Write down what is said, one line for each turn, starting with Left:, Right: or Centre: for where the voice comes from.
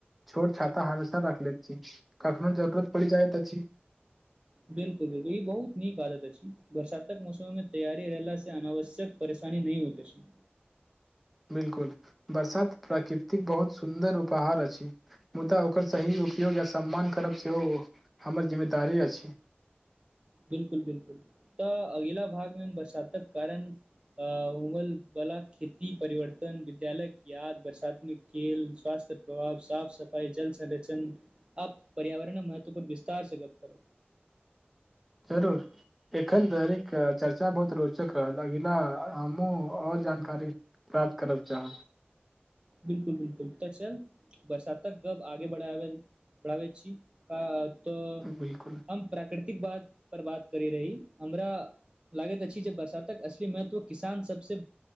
Centre: छोट छाता हमेशा रखले छी, कखनो जरुरत पड़ि जायत अछि।
Right: बिलकुल-बिलकुल! ई बहुत नीक आदत अछि, बरसातक मौसममे तैयारी रहला से, अनावश्यक परेशानी नहि होयत अछि।
Centre: बिलकुल! बरसात प्राकृति बहुत सुन्दर उपहार अछि। मुदा ओकर सही उपयोग यऽ सम्मान करब, सेहो हमर जिम्मेदारी अछि।
Right: बिलकुल-बिलकुल! तऽ अगिला भागमे हम बरसातक कारण अ उमल बला खेती परिवर्तन, विद्यालय किए आ वसात्मिक केल स्वास्थ प्रभाव, साफ -सफाई जल संरक्षण आ पर्यावरण महत्व पर विस्तार से गप्प करब।
Centre: जरूर! एखन धरिक चर्चा बहुत रोचक रहल, अगिला हमहु अ जानकारी प्राप्त करब चाहब।
Right: बिलकुल- बिलकुल तऽ चल बरसातक गप्प आगे बढ़ाबेल बढ़ाबै छी। अ तऽ
Centre: बिल्कुल
Right: हम प्राकृतिक बात पर बात करै रही हमरा लागैत अछि, जे बरसातक असली महत्व, किसान सबसे